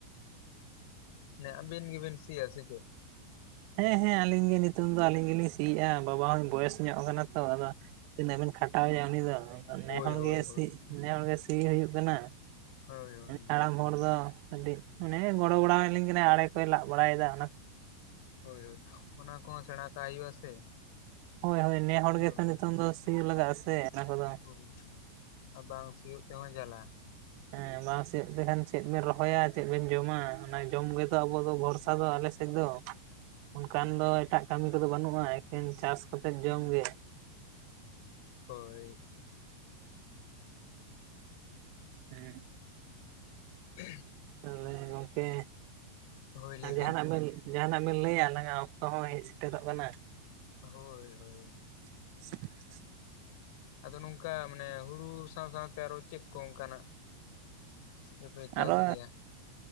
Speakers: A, on the left; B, on the right.
A: ᱱᱮ ᱟᱵᱤᱱ ᱜᱮᱵᱤᱱ ᱥᱤᱭᱟ ᱥᱮ ᱪᱮᱫ?
B: ᱦᱮᱸ ᱦᱮᱸ ᱟᱞᱤᱧ ᱜᱮ ᱱᱤᱛᱳᱝ ᱫᱚ ᱟᱞᱤᱧ ᱜᱮᱞᱤᱧ ᱥᱤᱭᱮᱜ-ᱟ ᱵᱟᱵᱟ ᱦᱚᱸ ᱵᱚᱭᱮᱥ ᱧᱚᱜ ᱠᱟᱱᱟ ᱛᱚ, ᱟᱫᱚ ᱛᱤᱱᱟᱹᱜ ᱵᱮᱱ ᱠᱷᱟᱴᱟᱣᱮᱭᱟ ᱩᱱᱤ ᱫᱚ, ᱮᱱᱠᱷᱟᱱ
A: ᱦᱳᱭ
B: ᱱᱮ ᱦᱚᱲᱜᱮ
A: ᱦᱳᱭ ᱦᱳᱭ
B: ᱥᱤ, ᱱᱮ ᱦᱚᱲᱜᱮ ᱥᱤ ᱦᱩᱭᱩᱜ ᱠᱟᱱᱟ᱾
A: ᱦᱳᱭ ᱦᱳᱭ
B: ᱦᱟᱲᱟᱢ ᱦᱚᱲ ᱫᱚ ᱠᱟᱹᱴᱤᱡ ᱢᱟᱱᱮ ᱜᱚᱲᱚ ᱵᱟᱲᱟᱣᱟᱞᱤᱧ ᱠᱟᱱᱟ, ᱟᱲᱮ ᱠᱚᱭ ᱞᱟᱜ ᱵᱟᱲᱟᱭᱮᱫᱟ ᱚᱱᱟ
A: ᱦᱳᱭ ᱦᱳᱭ ᱚᱱᱟ ᱠᱚᱦᱚᱸ ᱥᱮᱬᱟ ᱠᱟᱜ ᱦᱩᱭᱩᱜ-ᱟ ᱥᱮ᱾
B: ᱦᱳᱭ ᱦᱳᱭ ᱱᱮ ᱦᱚᱲ
A: ᱦᱳᱭ
B: ᱜᱮᱛᱚ ᱱᱤᱛᱳᱝ ᱫᱚ ᱥᱤ ᱞᱟᱜᱟᱜ-ᱟ ᱥᱮ ᱚᱱᱟ ᱠᱚᱫᱚ᱾
A: ᱦᱩᱸ᱾ ᱵᱟᱝ ᱥᱤᱭᱳᱜ ᱛᱮᱦᱚᱸ ᱡᱟᱞᱟ᱾
B: ᱦᱮᱸ ᱵᱟᱝ ᱥᱤᱭᱳᱜ ᱛᱮᱠᱷᱟᱱ ᱪᱮᱫ ᱵᱮᱱ ᱨᱚᱦᱚᱭᱟ, ᱪᱮᱫ ᱵᱤᱱ ᱡᱚᱢᱟ, ᱚᱱᱟ ᱡᱚᱢ ᱜᱮᱛᱚ ᱟᱵᱚ ᱫᱚ ᱵᱷᱚᱨᱥᱟ ᱫᱚ ᱟᱞᱮ ᱛᱮ ᱫᱚ ᱚᱱᱠᱟᱱ ᱫᱚ ᱮᱴᱟᱜ ᱠᱟᱹᱢᱤ ᱠᱚᱫᱚ ᱵᱟᱹᱱᱩᱜ-ᱟ ᱮᱠᱮᱱ ᱪᱟᱥ ᱠᱟᱛᱮᱫ ᱡᱚᱢ ᱜᱮ᱾
A: ᱦᱳᱭ᱾
B: ᱦᱩᱸ᱾
A: <inaudible>
B: ᱛᱟᱦᱞᱮ ᱜᱚᱝᱠᱮ
A: ᱦᱳᱭ ᱞᱟᱹᱭ
B: ᱟᱨ ᱡᱟᱸᱦᱟᱱᱟᱜ ᱵᱤᱱ ᱡᱟᱸᱦᱟᱱᱟᱜ ᱵᱤᱱ ᱞᱟᱹᱭᱟ? ᱟᱞᱟᱝᱟᱜ ᱚᱠᱛᱚ ᱦᱚᱸ ᱦᱮᱡ ᱥᱮᱴᱮᱨᱚᱜ ᱠᱟᱱᱟ᱾
A: ᱦᱳᱭ ᱦᱳᱭ᱾
B: <inaudible>
A: ᱟᱫᱚ ᱱᱚᱝᱠᱟ ᱢᱟᱱᱮ ᱦᱩᱲᱩ ᱥᱟᱶ ᱥᱟᱶᱛᱮ ᱟᱨᱚ ᱪᱮᱫ ᱠᱚ ᱚᱱᱠᱟᱱᱟᱜ? ᱫᱚᱯᱮ ᱪᱟᱥ
B: ᱟᱨᱚ
A: ᱜᱮᱭᱟ